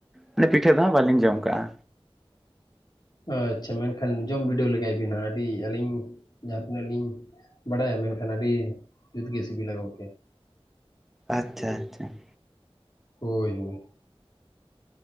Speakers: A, in the centre; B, on the left.
A: ᱢᱟᱱᱮ ᱯᱤᱴᱷᱟᱹ ᱫᱚ ᱦᱟᱸᱜ ᱵᱟᱞᱤᱧ ᱡᱚᱢ ᱠᱟᱜᱼᱟ᱾
B: ᱟᱪᱪᱷᱟ ᱢᱮᱱᱠᱷᱟᱱ ᱡᱚᱢ ᱵᱤᱰᱟᱹᱣ ᱞᱮᱜᱟᱭ ᱵᱤᱱ ᱦᱟᱸᱜ ᱟᱹᱰᱤ ᱟᱹᱞᱤᱧ ᱡᱟᱦᱟᱸ ᱛᱤᱱᱟᱹᱜ ᱞᱤᱧ ᱵᱟᱰᱟᱭᱟ ᱢᱮᱱᱠᱷᱟᱱ ᱟᱹᱰᱤ ᱡᱩᱛᱜᱮ ᱥᱤᱵᱤᱞᱟ ᱜᱚᱢᱠᱮ ᱾
A: ᱟᱪᱪᱷᱟ ᱟᱪᱪᱷᱟ ᱾
B: ᱦᱳᱭ ᱦᱳᱭ ᱾